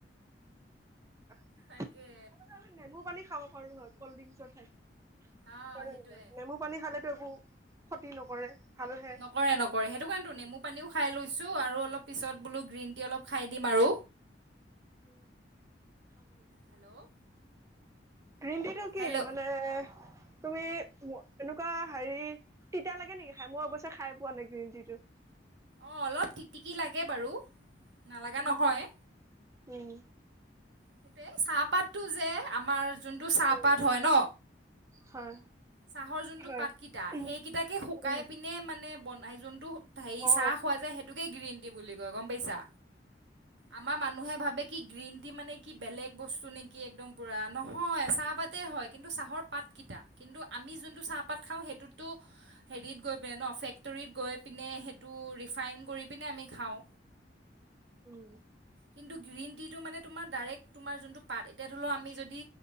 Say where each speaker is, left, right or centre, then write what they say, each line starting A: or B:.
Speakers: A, on the right; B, on the right.
A: একেলগে
B: তাকে
A: আমি নেমু পানী খাব পাৰো হয় কল্ড ড্ৰিংকছৰ ঠাইত
B: অঁ
A: হয় নে
B: সেইটোৱে
A: নহয় নেমু পানী খালেতো একো ক্ষতি নকৰে ভালহে।
B: নকৰে নকৰে সেইটো কাৰণে টো নেমু পানীও খাই লৈছো আৰু অলপ পিছত বোলো গ্ৰীণ টি অলপ খাই দিম আৰু
A: উম খাব লাগে
B: হেল্ল'
A: গ্ৰীন টি টো কি
B: হেল্ল'
A: মানে তুমি এনেকুৱা হেৰি তিতা লাগে নেকি খাই মই অৱশ্যে খাই পোৱা নাই গ্ৰীণ টিটো
B: অ অলপ তিটিকি লাগে বাৰু নালাগা
A: উম
B: নহয়
A: উম
B: সেইটোৱে চাহপাতটো যে আমাৰ যোনটো চাহপাত
A: উম
B: হয় ন
A: হয়
B: চাহৰ যোনটো
A: হয়
B: পাতকেইটা
A: উম
B: সেইকেইটাকে শুকাই
A: উম
B: পিনে মানে বনাই যোনটো হেৰি
A: অ
B: চাহ খোৱা যায় সেইটোকে গ্ৰীণ টি বুলি কয় গম পাইছা আমাৰ মানুহে ভাবে কি গ্ৰীণ টি মানে কি বেলেগ বস্তু নেকি একদম পোৰা, নহয় চাহ পাতে হয় কিন্তু চাহৰ পাত কেইটা কিন্তু আমি জোন টো চাহ পাত খাও সেইটো টো হেৰিত গৈ পিনে ফেক্টৰীত গৈ পিনে সেইটো ৰিফাইন কৰি পিনে আমি খাওঁ
A: উম
B: কিন্তু গ্ৰীণ টিটো মানে তোমাৰ ডৰেক্ট তোমাৰ যোনটো পাত এতিয়া ধৰি লও আমি যদি